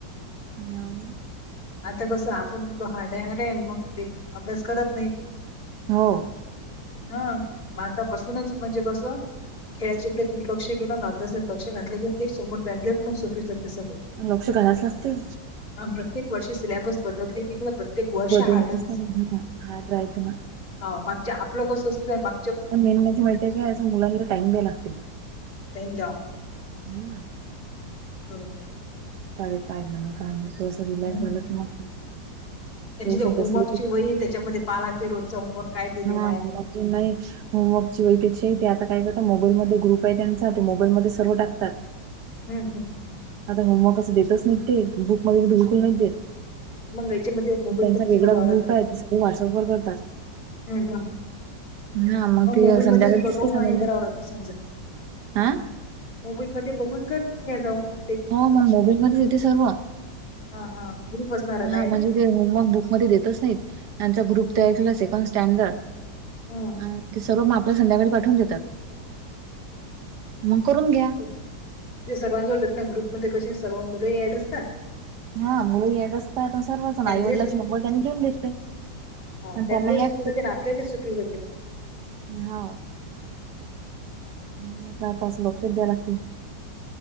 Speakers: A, on the right; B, on the left.
A: हम्.
B: आता कसं आपण तो हार्ड आहे हार्ड आहे मग ते अभ्यास करत नाही.
A: हो.
B: हा मातापसूनच म्हणजे कसं खेळायच्याकडे दुर्लक्ष केलं ना अभ्यासात लक्ष घातलं क ते समोर <unintelligible> जातं सगळं.
A: लक्ष घालायच लागते.
B: आन प्रत्येक वर्षे सिलेबस बदलते की. <unintelligible>
A: बदलते
B: हार्डच
A: आहेस न मग <unintelligible> ना हार्ड राहते मग.
B: हा मागच्या आपलं कसं असच आहे माग
A: पण मेन म्हणजे माहितीय काय असं मुलांना टाईम द्याय लागते.
B: टाईम द्या.
A: हम्म.
B: बरोबर.
A: शाळेत काय झालं काय माहीत अस रिलॅक्स
B: हं.
A: झाल मग
B: त्यांची
A: थोडस
B: ते होमवर्कची
A: बसलं की
B: वही त्याच्यामध्ये पहा लागते रोजच होमवर्क. काय दिलेला
A: हा
B: आहे.
A: माजी नाहीच. होमवर्कची वहीपेक्षाही ते आता काय करता मोबाईलमध्ये ग्रुप आहे त्यांचा ते मोबाईलमध्ये सर्व टाकतात.
B: हम्म हम्म.
A: आता होमवर्क असं देतच नाही ते बुकमध्ये बिलकुल नाही देत.
B: मग याच्यामध्ये मोबाईलमध्येच
A: त्यांचा वेगळा
B: बघावं लागते.
A: ग्रुप आहे ते सगळे व्हॉट्सअप वर करतात.
B: हम्म हम्म.
A: हा
B: मग
A: ते
B: मोबाईलमध्येच
A: संध्याकाळी
B: बगवून
A: दिसते समज
B: हे करावं लागत समजा.
A: हा
B: मोबाईल मध्ये बघून गन्य जाऊ म.
A: हो म्हणलं <unintelligible> मध्येच येते सर्व.
B: हां, हां. ग्रुप असणार आता
A: हा
B: आहे ना?
A: म्हणजे ते होमवर्क बुक मध्ये देतच नाहीत, त्याचा ग्रुप
B: हं हं
A: तयार केला असेल. पण स्टँडर्ड,
B: हं
A: अ ते सर्व माप तुला संध्याकाळी पाठवून देतात. मग करून घ्या.
B: बरोबर. ते सर्वांजवळ जात ना ग्रुप मध्ये कशे सर्व मुलंही ऍड असता.
A: हा मुलं येत असतात सर्वचा
B: त्यांले
A: आईवडलाची नंबर त्यांनी लिहून घेतले.
B: ह
A: आणि
B: त्यांना
A: याद
B: ही सुपी जाते ना आपल्यालाच सुपी जाते ब.
A: होव म्हणून म्हटल आता, असं लक्ष द्याय लागते.